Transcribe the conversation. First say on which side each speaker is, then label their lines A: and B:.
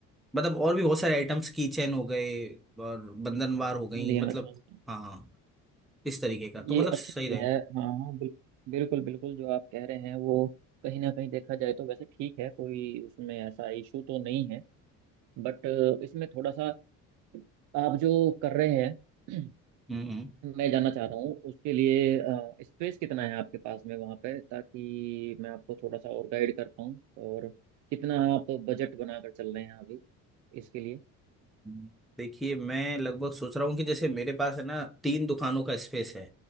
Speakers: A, in the centre; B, on the right.
A: मतलब और भी बहुत सारे आइटम्स की चैन हो गए और बंधनवार हो गई
B: समझ गया
A: मतलब
B: मैं समझ गया
A: हाँ इस तरीके का तो
B: ये
A: मतलब सही
B: अच्छी चीज
A: रहे
B: है हाँ हाँ बिल, बिल्कुल बिल्कुल जो आप कह रहे हैं वो कहीं ना कहीं देखा जाए तो वैसे ठीक है कोई उसमें ऐसा इशू तो नहीं है बट इसमें थोड़ा सा आप जो कर रहे हैं
A: हम्म हम्म,
B: <clears throat> मैं जानना चाह रहा हूँ उसके लिए स्पेस कितना है आपके पास में वहाँ पे ताकि मैं आपको थोड़ा सा और गाइड कर पाऊँ और कितना आप बजट बनाकर चल रहे हैं अभी इसके लिए
A: हम्म। देखिए मैं लगभग सोच रहा हूँ कि जैसे मेरे पास है ना तीन दुकानों का स्पेस है